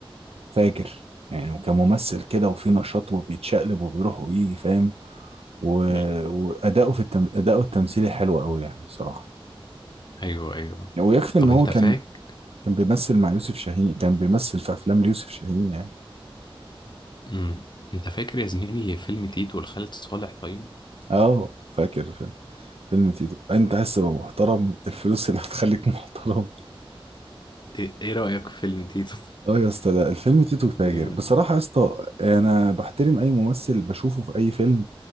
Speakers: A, on the right; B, on the left.
A: فاجر يعني وكان ممثل كده وفي نشاط وبيتشقلب وبيروح ويجي فاهم و...
B: مم.
A: واداؤه في التم... اداؤه التمثيلي حلو قوي يعني بصراحه
B: ايوه ايوه
A: ويكفي
B: طب
A: ان هو
B: انت
A: كان
B: فاك
A: كان بيمثل مع يوسف شاهين كان بيمثل في افلام ليوسف شاهين يعني
B: امم انت فاكر يا زميلي فيلم تيتو لخالد صالح طيب
A: اه فاكر فيلم تيتو انت عايز تبقى محترم الفلوس اللي هتخليك <laughs> محترم
B: ايه إيه رأيك في فيلم تيتو
A: اه يا اسطى لا الفيلم تيتو
B: <laughs>
A: فاجر
B: جامد
A: بصراحة يا اسطى انا بحترم اي ممثل بشوفه في اي فيلم